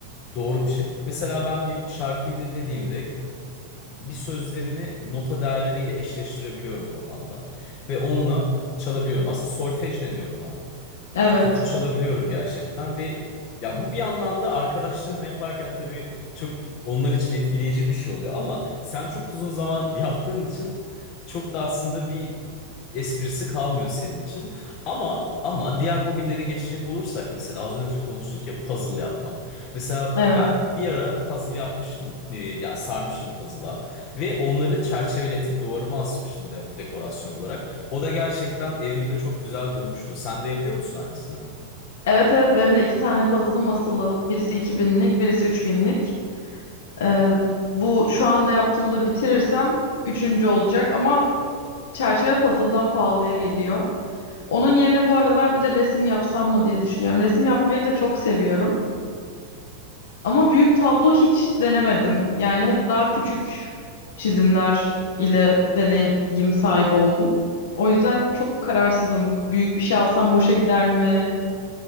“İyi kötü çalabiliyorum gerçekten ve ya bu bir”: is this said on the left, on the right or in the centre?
Left